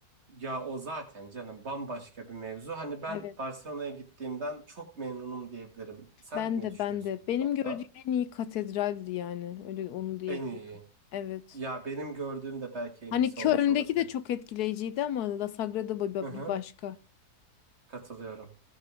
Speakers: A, on the right; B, on the left.
A: Ya o zaten canım bambaşka bir mevzu. Hani ben
B: Evet,
A: Barcelona'ya gittiğimden çok memnunum diyebilirim. Sen
B: ben
A: ne
B: de
A: düşünüyorsun
B: ben de.
A: bu
B: Benim
A: konuda?
B: gördüğüm en iyi katedraldi yani. Öyle onu diyebilirim.
A: En iyi.
B: Evet.
A: Ya benim gördüğüm de belki en
B: Hani
A: iyisi
B: Köln'deki
A: olmuş olabilir.
B: de çok etkileyiciydi ama La Sagrada Ba- Ba-
A: Hı hı.
B: bir başka.
A: Katılıyorum.